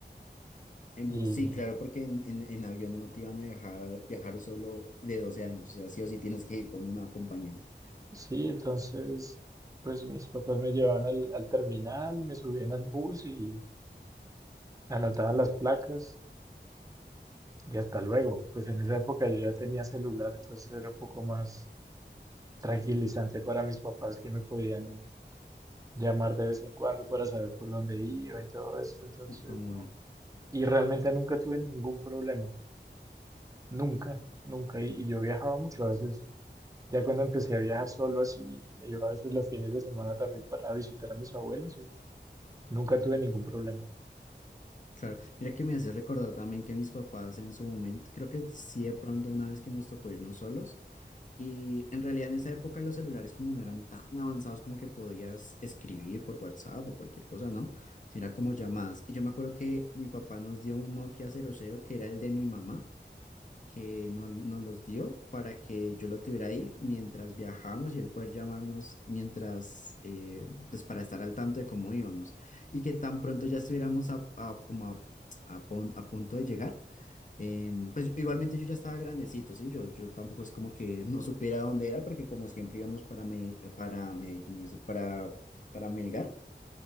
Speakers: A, on the left (about 45°); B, on the right (about 20°).
A: En
B: Y
A: bus, sí, claro, porque en, en, en avión no te iban a dejar viajar solo de 12 años, o sea, sí o sí tienes que ir con un acompañante.
B: sí, entonces, pues mis papás me llevaban al, al terminal, me subían al bus y anotaban las placas y hasta luego. Pues en esa época yo ya tenía celular, entonces era un poco más tranquilizante para mis papás que me podían llamar de vez en cuando para saber por dónde iba y todo esto. Entonces,
A: Como
B: no. Y realmente nunca tuve ningún problema, nunca, nunca. Y, y yo viajaba mucho, a veces, ya cuando empecé a viajar solo así, me llevaba a veces los fines de semana también para visitar a mis abuelos y nunca tuve ningún problema.
A: Claro, mira que me hace recordar también que mis papás en su momento, creo que sí de pronto una vez que nos tocó irnos solos y en realidad en esa época los celulares como no eran tan avanzados como que podías escribir por WhatsApp o cualquier cosa, ¿no? Sino era como llamadas. Y yo me acuerdo que mi papá nos dio un Nokia 00 que era el de mi mamá que no- nos los dio para que yo lo tuviera ahí mientras viajábamos y él poder llamarnos mientras, eh, pues para estar al tanto de cómo íbamos. Y que tan pronto ya estuviéramos a, a- como a, a pon- a punto de llegar. em, pues igualmente yo ya estaba grandecito, ¿sí? Yo, yo tampoco es como que no supiera dónde era, porque como siempre íbamos para, Me- para Medellín, es decir, para, para Melgar.